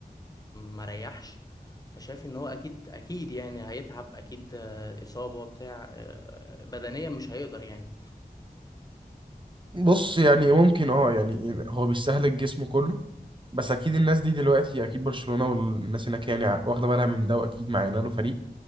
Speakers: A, on the left; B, on the right.
A: ما ريحش فشايف ان هو اكيد اكيد يعني هيتعب اكيد آه، اصابة بتاع آه، بدنيا مش هيقدر يعني
B: بص يعني ممكن اه يعني هو بيستهلك جسمه كله بس اكيد الناس دي دلوقتي اكيد برشلونه والناس هناك يعني واخده بالها من ده واكيد معانا له فريق